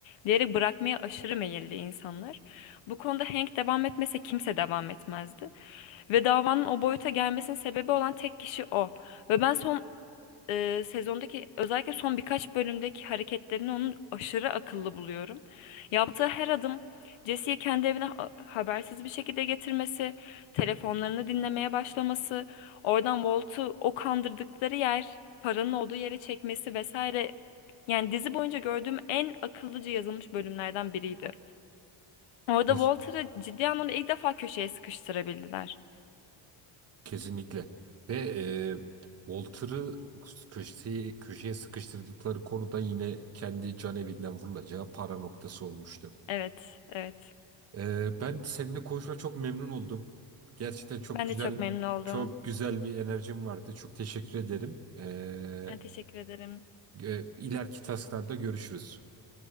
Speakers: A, on the left (about 75°); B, on the right (about 30°).
A: Diğeri bırakmaya aşırı meyilli insanlar. Bu konuda Hank devam etmese kimse devam etmezdi. Ve davanın o boyuta gelmesinin sebebi olan tek kişi o. Ve ben son e, sezondaki özellikle son birkaç bölümdeki hareketlerini onun aşırı akıllı buluyorum. Yaptığı her adım Jesse'yi kendi evine ha- habersiz bir şekilde getirmesi, telefonlarını dinlemeye başlaması, oradan Walt'u o kandırdıkları yer, paranın olduğu yere çekmesi vesaire. Yani dizi boyunca gördüğüm en akıllıca yazılmış bölümlerden biriydi. Orada
B: Siz
A: Walter'ı ciddi anlamda ilk defa köşeye sıkıştırabildiler.
B: Kesinlikle. Ve e, Walter'ı köşeye, köşeye sıkıştırdıkları konuda yine kendi can evinden vurulacağı para noktası olmuştu.
A: Evet, evet.
B: E, ben seninle konuşma çok memnun oldum. Gerçekten çok
A: Ben
B: güzel
A: de çok memnun oldum.
B: çok güzel bir enerjim vardı. Çok teşekkür ederim. E,
A: Ben teşekkür ederim.
B: gö- ileriki tasklarda görüşürüz.